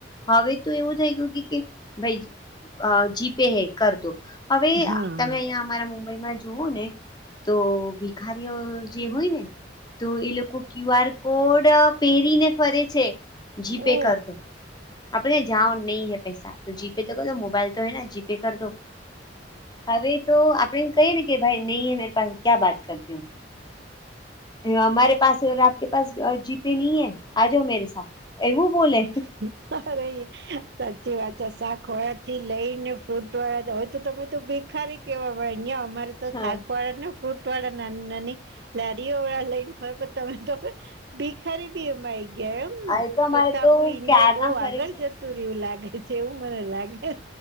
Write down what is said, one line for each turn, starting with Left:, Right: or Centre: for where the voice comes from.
Left: હવે તો એવું થઈ ગયું કે ભાઈ અ જીપે હે કર દો હવે
Right: હા
Left: તમે અહીં અમારા મુંબઈમાં જુઓ ને તો ભિખારીઓ જે હોય ને તો એ લોકો ક્યુ આર કોડ પહેરીને ફરે છે જીપે
Right: ઓ
Left: કરદો આપડે જાઓ નહી પૈસા તો જીપે તો કર દો મોબાઈલ તો હૈ ને જીપે કર દો હવે તો આપડે કહીએ ને કે ભાઈ નહી હ મેરી પાસે ક્યા વાત કરતી હો એ અમારે પાસે આપકે પાસ જીપે નહી હૈ આ જા મેરે સા એવું બોલે
Right: અરે હા સાચી વાત છે શાખ વાળા થી લઈને ફ્રૂટ વાળા હોય તો તમે તો બી ખરે કેવા અહિયાયા અમારે તો
Left: હા
Right: શાક વાળા ને ફ્રૂટ વાળા નાની નાની લારીઓ વાળા લઈને ફરે પણ તમે તો હવે ભીખારી બી એમાં આવી ગયા એમ ને
Left: એ અમારે
Right: તો ત આપણું ઈન્ડિયા
Left: ક્યારના
Right: બહુ
Left: ફરે
Right: આગળ
Left: છે.
Right: જ જતું રયુ લાગે છે એવું મને લાગે છે